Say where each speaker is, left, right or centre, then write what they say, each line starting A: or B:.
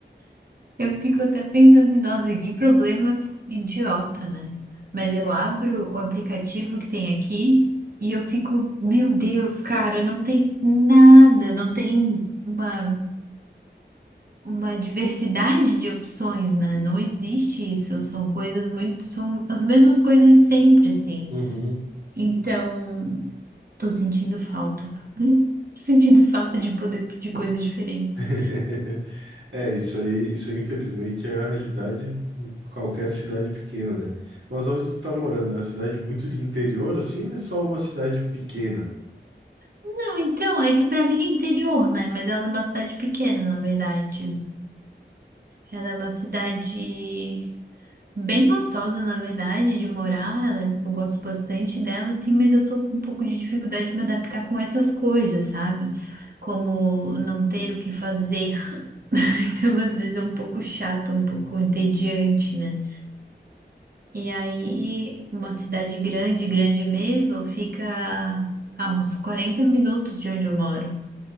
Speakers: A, on the right; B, on the right.
A: Eu fico até pensando assim, nossa, que problema idiota, né? Mas eu abro o aplicativo que tem aqui e eu fico, meu Deus, cara, não tem nada, não tem uma, uma diversidade de opções, né? Não existe isso, são coisas muito, são as mesmas coisas sempre, assim.
B: Uhum.
A: Então, tô sentindo falta, sentindo falta de poder pedir coisas diferentes.
B: <laughs> É, isso aí, isso aí, infelizmente, é a realidade em qualquer cidade pequena, né? Mas onde tu tá morando? É uma cidade muito de interior, assim, ou é só uma cidade pequena?
A: Não, então, é que pra mim é interior, né? Mas ela é uma cidade pequena, na verdade. Ela é uma cidade bem gostosa, na verdade, de morar. Ela é- eu gosto bastante dela, assim, mas eu tô com um pouco de dificuldade de me adaptar com essas coisas, sabe? Como não ter o que fazer. <laughs> Então, às vezes é um pouco chato, um pouco entediante, né? E aí, uma cidade grande, grande mesmo, fica a uns 40 minutos de onde eu moro.